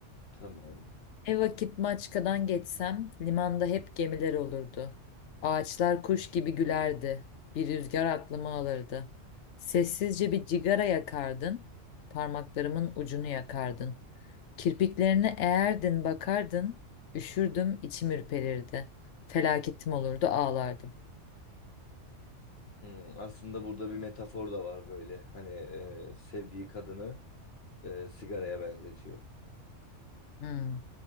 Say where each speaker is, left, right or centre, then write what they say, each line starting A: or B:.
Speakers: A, on the left; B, on the left.
A: Tamam.
B: Ne vakit Maçka'dan geçsem limanda hep gemiler olurdu. Ağaçlar kuş gibi gülerdi. Bir rüzgar aklımı alırdı. Sessizce bir cigara yakardın, parmaklarımın ucunu yakardın. Kirpiklerine eğerdin bakardın, üşürdüm içim ürperirdi. Felaketim olurdu ağlardım.
A: Hmm, aslında burada bir metafor da var böyle. Hani e, sevdiği kadını e, sigaraya benzetiyor.
B: Hmm,